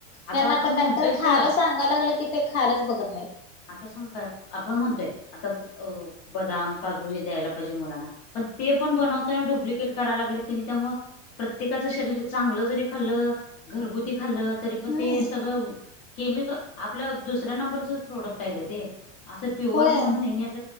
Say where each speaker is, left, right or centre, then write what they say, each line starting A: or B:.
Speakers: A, on the left; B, on the left.
A: त्यांना
B: आपण
A: आता काय
B: म्हणतोय
A: तर
B: सोडा
A: खायला सांगायायला लागलं की ते खायलाच बघत नाहीत.
B: आता सांगू काय आपण म्हणतोय आता अ बदाम काजू हे द्यायला पाहिजे मुलांना. पण ते पण बनवताना डुप्लिकेट करायला लागलेत क नाही त्यामुळे. प्रत्येकाचं शरीर चांगलं जरी खालं घरगुती खालत. तरी पण
A: हम्म
B: ते सगळं केमिकल आपल्या दुसऱ्या नंबरच प्रोडक्ट आहे ग ते. असं पियोर
A: होय
B: म्हणून नाही येतं.